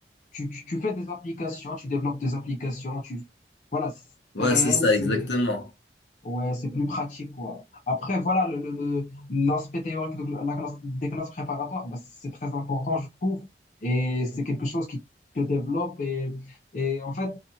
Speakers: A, on the left; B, on the left.
A: tu, tu tu fais des applications, tu développes des applications, tu, voilà, c'est
B: ouais,
A: réel,
B: c'est ça,
A: c'est
B: exactement.
A: Ouais, c'est plus pratique, quoi. Après, voilà, le, le, le- l'aspect théorique de la classe, des classes préparatoires, bah, c'est très important, je trouve. Et c'est quelque chose qui te développe. Et, et en fait,